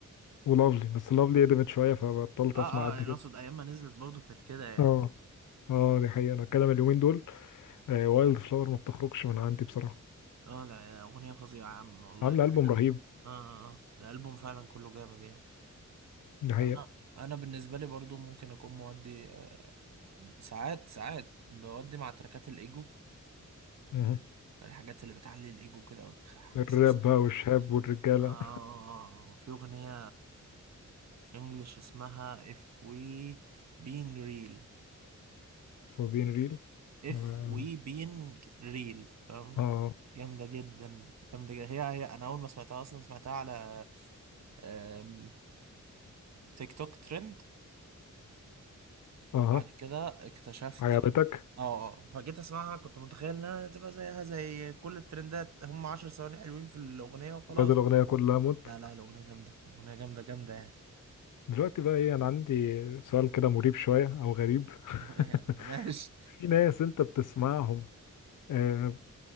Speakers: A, on the left; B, on the right.
A: ولافلي بس لافلي قدمت شوية فبطلت
B: اه
A: اسمع قد
B: اه يعني
A: كده
B: اقصد ايام ما نزلت برضو كانت كده يعني
A: اه اه دي حقيقة انا الكلام اليومين دول آه وايلد فلاور ما بتخرجش من عندي بصراحة
B: اه لا اغنيه فظيعه يا عم والله
A: عاملة ألبوم
B: حاجه اه
A: رهيب
B: اه اه الالبوم فعلا كله جامد يعني
A: دي حقيقة
B: انا انا بالنسبه لي برضو ممكن اكون مودي آه، ساعات ساعات بودي مع تركات الايجو
A: مه.
B: الحاجات اللي بتعلي الايجو كده وتحسسك
A: الراب بقى والشاب والرجالة
B: اه آه، آه، في اغنيه انجلش اسمها if we being real
A: <laughs> وبين ريل
B: اف
A: اه
B: وي بين ريل فاهم
A: اه
B: جامده جدا جامده جدا هي هي انا اول ما سمعتها اصلا سمعتها على آم، تيك توك ترند
A: آه.
B: وبعد كده اكتشفت
A: عجبتك
B: اه اه فجيت اسمعها كنت متخيل انها تبقى زيها زي كل الترندات هم عشر ثواني حلوين في الاغنيه وخلاص
A: بدل الأغنية كلها موت
B: لا لا الاغنيه جامده اغنيه جامده جامده يعني
A: <laughs> دلوقتي بقى ايه انا عندي سؤال كده مريب شوية او غريب <laughs>
B: <laughs> ماشي
A: في ناس انت بتسمعهم آه